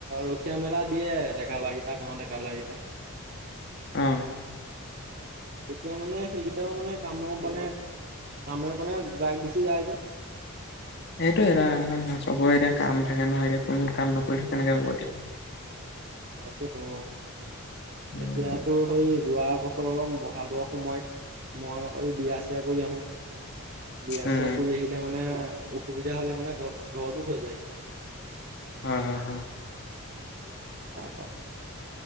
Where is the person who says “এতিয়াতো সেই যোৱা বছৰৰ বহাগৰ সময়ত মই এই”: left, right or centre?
Right